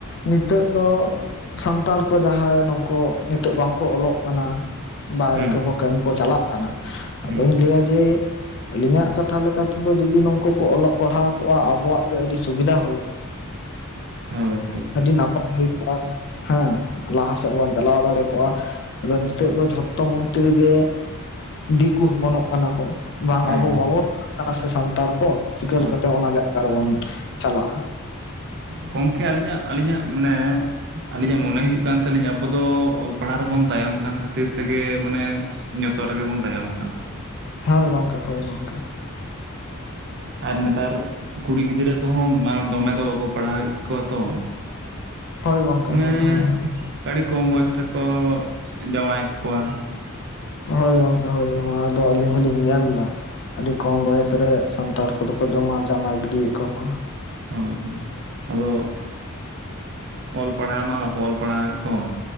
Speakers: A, on the left; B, on the right.
A: ᱱᱤᱛᱚᱜ ᱫᱚ ᱥᱟᱱᱛᱟᱲ ᱠᱚ ᱡᱟᱦᱟᱸᱭ ᱱᱩᱠᱩ ᱱᱤᱛᱚᱜ ᱵᱟᱝᱠᱚ ᱚᱞᱚᱜ ᱠᱟᱱᱟ ᱵᱟᱭᱨᱮ
B: ᱦᱮᱸ
A: ᱠᱚ ᱠᱟᱹᱢᱤ ᱠᱚ ᱪᱟᱞᱟᱜ ᱠᱟᱱᱟ
B: ᱦᱮᱸ
A: ᱟᱫᱚᱧ ᱞᱟᱹᱭᱟ ᱡᱮ ᱟᱹᱞᱤᱧᱟᱜ ᱠᱟᱛᱷᱟ ᱞᱮᱠᱟᱛᱮᱫᱚ ᱡᱩᱫᱤ ᱱᱚᱝᱠᱩ ᱠᱚ ᱚᱞᱚᱜ ᱯᱟᱲᱦᱟᱣ ᱠᱚᱜᱼᱟ ᱟᱵᱚᱣᱟᱜ ᱜᱮ ᱟᱹᱰᱤ ᱥᱩᱵᱤᱫᱷᱟ ᱦᱩᱭ ᱠᱚᱜᱼᱟ
B: ᱦᱳᱭ ᱦᱳᱭ
A: ᱟᱹᱰᱤ ᱱᱟᱯᱟᱭ ᱦᱩᱭ ᱠᱚᱜᱼᱟ ᱦᱮᱸ ᱞᱟᱦᱟ ᱥᱮᱫ ᱵᱚᱱ ᱪᱟᱞᱟᱣ ᱫᱟᱲᱮ ᱠᱚᱜᱼᱟ ᱟᱫᱚ ᱱᱤᱛᱚᱜ ᱫᱚ ᱡᱷᱚᱛᱚ ᱢᱚᱱᱛᱨᱤ ᱜᱮ ᱫᱤᱠᱩ ᱦᱚᱯᱚᱱᱚᱜ ᱠᱟᱱᱟ ᱠᱚ ᱵᱟᱝ
B: ᱦᱮᱸ
A: ᱟᱵᱚ ᱵᱟᱵᱚᱱ ᱠᱟᱱᱟ ᱥᱮ ᱥᱟᱱᱛᱟᱲ ᱠᱚ ᱪᱤᱠᱟᱹ
B: ᱦᱳᱭ
A: ᱞᱮᱠᱟᱛᱮ ᱚᱱᱟ ᱡᱟᱭᱜᱟ ᱨᱮᱵᱚᱱ ᱪᱟᱞᱟᱜᱼᱟ?
B: ᱜᱚᱝᱠᱮ ᱟᱹᱞᱤᱧᱟᱜ ᱟᱹᱞᱤᱧᱟᱜ ᱢᱟᱱᱮ ᱟᱹᱞᱤᱧᱟᱜ ᱢᱚᱱᱮ ᱦᱩᱭᱩᱜ ᱠᱟᱱ ᱛᱟᱞᱤᱧᱟ ᱟᱵᱚ ᱫᱚ ᱚᱞ ᱯᱟᱲᱦᱟᱣ ᱨᱮᱵᱚᱱ ᱛᱟᱭᱚᱢ ᱠᱟᱱ ᱠᱷᱟᱹᱛᱤᱨ ᱛᱮᱜᱮ ᱢᱟᱱᱮ ᱡᱚᱛᱚ ᱨᱮᱜᱮ ᱵᱚᱱ ᱛᱟᱭᱚᱢ ᱟᱠᱟᱱᱟ
A: ᱦᱳᱭ ᱜᱚᱝᱠᱮ ᱦᱳᱭ ᱜᱚᱝᱠᱮ
B: ᱟᱨ ᱱᱮᱛᱟᱨ ᱠᱩᱲᱤ ᱜᱤᱫᱽᱨᱟᱹ ᱠᱚᱦᱚᱸ ᱫᱚᱢᱮ ᱫᱚ ᱵᱟᱠᱚ ᱯᱟᱲᱦᱟᱣᱮᱫ ᱠᱚᱣᱟ ᱛᱚ
A: ᱦᱳᱭ ᱜᱚᱝᱠᱮ
B: ᱢᱟᱱᱮ
A: ᱦᱳᱭ ᱦᱳᱭ
B: ᱟᱹᱰᱤ ᱠᱚᱢ ᱵᱚᱭᱮᱥ ᱨᱮᱠᱚ ᱡᱟᱶᱟᱭᱮᱫ ᱠᱚᱣᱟ
A: ᱦᱳᱭ ᱜᱚᱝᱠᱮ ᱦᱳᱭ ᱟᱫᱚ ᱟᱹᱞᱤᱧ ᱦᱚᱞᱤᱧ ᱧᱮᱞ ᱮᱫᱟ ᱟᱹᱰᱤ ᱠᱚᱢ ᱵᱚᱭᱮᱥ ᱨᱮ ᱥᱟᱱᱛᱟᱲ ᱠᱚᱫᱚ ᱠᱚ ᱡᱚᱢᱟ ᱡᱟᱢᱟᱭ ᱜᱤᱰᱤᱭᱮᱫ ᱠᱚᱣᱟ ᱠᱚ
B: ᱦᱳᱭ ᱦᱳᱭ ᱟᱫᱚ ᱚᱞ ᱯᱟᱲᱦᱟᱣ ᱢᱟ ᱵᱟᱠᱚ ᱚᱞ ᱯᱟᱲᱦᱟᱣᱮᱫ ᱠᱚᱣᱟ